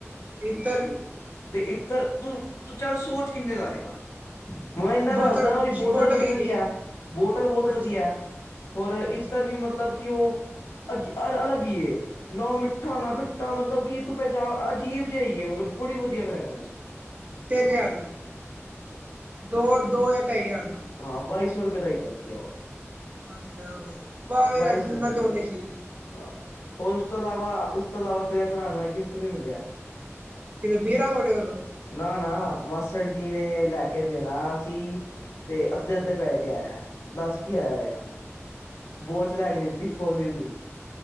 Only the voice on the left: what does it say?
ਤੇ ਇੱਤਰ ਤੂੰ, ਤੂੰ ਚੱਲ ਸੋਚ ਕਿੰਨੇ ਦਾ ਆਏਗਾ? ਮੈਂ ਇਨਾ
ਦੱਸਦਾ ਓਦੀ ਬੋਟਲ ਬੜੀ
ਵਧੀਆ,
ਬੋਟਲ ਬਹੁਤ
ਵਧੀਆ। ਹੋਰ ਇੱਤਰ
ਵੀ ਮਤਲਬ ਕਿ ਉਹ ਅੱਜ ਅਲੱਗ ਈ ਐ ਨਾ ਮਿੱਠਾ, ਨਾ ਖੱਟਾ ਮਤਲਬ ਕਿ ਤੂੰ ਪਹਿਚਾਣ ਅਜੀਬ ਜਿਆ ਈ ਏ ਮਤਲਬ ਬੜੀ ਵਧੀਆ ਫਰੈਗਰੈਂਸ
ਹਾਂ ਬਾਈ ਸੌ ਰੁਪਏ ਦਾ ਇੱਤਰ ਸੀ ਆ ਉਹ।
ਬਾਈ ਸੌ
ਹਾਂ ਹੋਰ ਉਸ ਤੋਂ ਇਲਾਵਾ, ਉਸ ਤੋਂ ਇਲਾਵਾ ਤੇਰੇ ਭਰਾ ਨੂੰ ਏ ਗਿਫਟ ਵੀ ਮਿਲਿਆ।
ਨਾ ਨਾ ਮਾੱਸੜ ਜੀ ਨੇ ਲੈ ਕੇ ਦੇਣਾ ਸੀ ਤੇ ਅੱਧੇ-ਅੱਧੇ ਪੈਹੇ ਤੇ ਆਇਆ ਦੱਸ ਕੀ ਆਇਆ ਹੋਏਗਾ? ਵੋਚ ਲੈ ਕੇ ਦਿੱਤੀ ਫੋਜ਼ਿਲ ਦੀ।